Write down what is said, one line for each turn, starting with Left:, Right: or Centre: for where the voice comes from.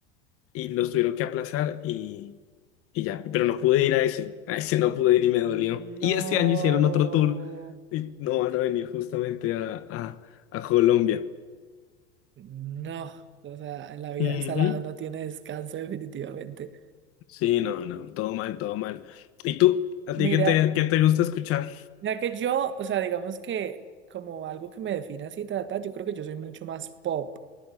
Left: y los tuvieron que aplazar y, y ya. Pero no pude ir a ese, a ese no pude ir y me dolió.
Right: No.
Left: Y este año hicieron otro tour y no van a venir justamente a, a, a Colombia.
Right: No. O sea, en la vida
Left: Ujú.
Right: del salado no tiene descanso definitivamente.
Left: Sí, no, no, todo mal, todo mal. ¿Y tú? ¿A
Right: Mira,
Left: ti qué te, qué te gusta escuchar?
Right: ya que yo, o sea, digamos que como algo que me define así, trata, yo creo que yo soy mucho más pop.